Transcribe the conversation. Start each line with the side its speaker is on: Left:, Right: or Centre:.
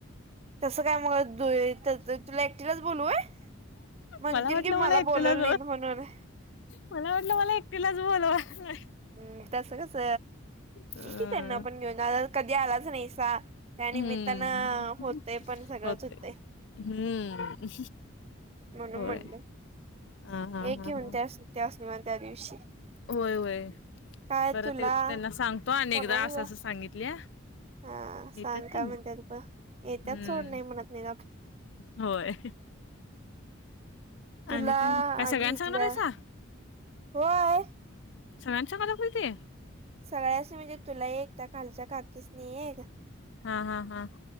Right: तसं काय मग. त तुला एकटीलाच बोलूय होय म्हणतील
Left: मला वाटलं
Right: की मला
Left: एकटीलाच
Right: बोलवल नाहीत म्हणून.
Left: मला वाटलं मला एकटीलाच बोलवाय् लाय.
Right: हम् तस कस
Left: अ
Right: इकी त्यांना पण घेऊन कधी आलाच नाहीसा. त्यानिमित्तानं
Left: हम्म
Right: होतय पण सगळंच
Left: होते
Right: होतय.
Left: हम्म.
Right: म्हणून
Left: होय
Right: म्हणल.
Left: हा हा
Right: एक
Left: हा
Right: घेऊन
Left: हा
Right: त्यास त्यास निमा त्या दिवशी.
Left: होय होय.
Right: काय
Left: बरं
Right: तुला
Left: त्यांना सांगतो आणि
Right: कोणाला
Left: एकदा असं असं सांगितल्या.
Right: हा सांग
Left: येत्यात त्यांनी
Right: काय म्हणतेय प. येत्यात
Left: हम्म
Right: सोड नाही म्हणत नाही.
Left: होय.
Right: तुला
Left: आणि काय मग काय सगळ्यांना
Right: आणि इथल्या
Left: सांगणार आहेसा
Right: होय.
Left: सरनच्याांगदा खते
Right: सगळ्यासनी म्हणजे तुला एक त्या खालच्या काकीसनी एक.
Left: हा हा हा.